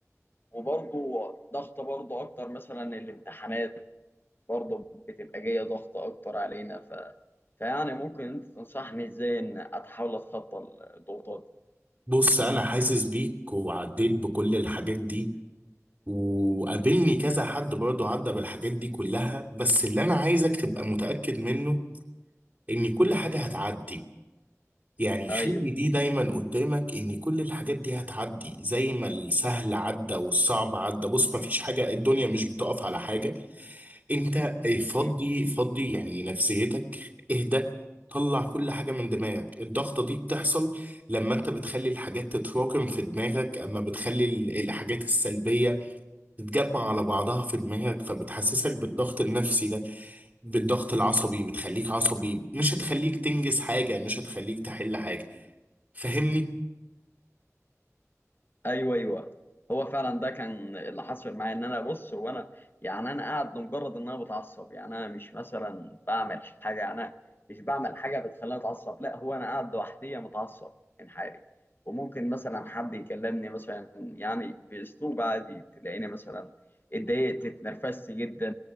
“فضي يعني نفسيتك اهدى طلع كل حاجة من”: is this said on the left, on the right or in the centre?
Right